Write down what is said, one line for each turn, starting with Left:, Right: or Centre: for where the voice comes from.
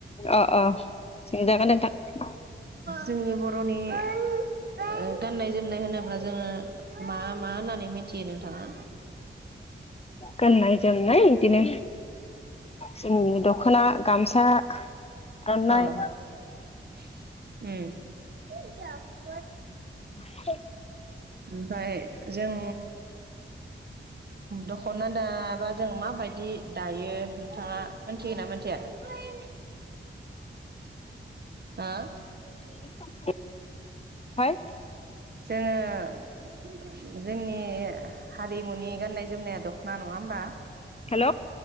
Left: अ अ सोंजागोन नोंथां
Right: जोंनि बर'नि गाननाय जोमनाय होनोब्ला जोङो मा मा होननानै मिथियो नोंथाङा
Left: गाननाय जोमनाय बिदिनो जोंनि दख'ना गामसा
Right: अ
Left: आर'नाइ हेल'
Right: ओमफ्राय जों दख'ना दाबा जों माबायदि दायो नोंथाङा मोनथिगोना मिथिया मामि हा
Left: बे बाय
Right: जोङो जोंनि हारिमुनि गाननाय जोमनाया दख' ना नङा होमबा
Left: हेल'